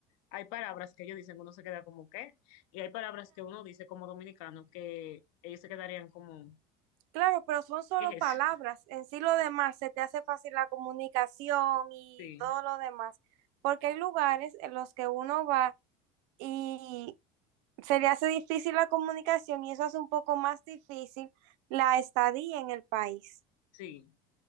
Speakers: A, on the left; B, on the right.
A: hay palabras que ellos dicen, uno se queda como ¿qué? Y hay palabras que uno dice como dominicano que ellos se quedarían como
B: Claro, pero son solo
A: ¿qué es
B: palabras.
A: eso?
B: En sí lo
A: Sí,
B: demás se te hace fácil la comunicación y
A: sí,
B: todo lo demás, porque hay lugares en los que uno va y se le hace difícil la comunicación y eso hace un poco más difícil la estadía en el país.
A: sí,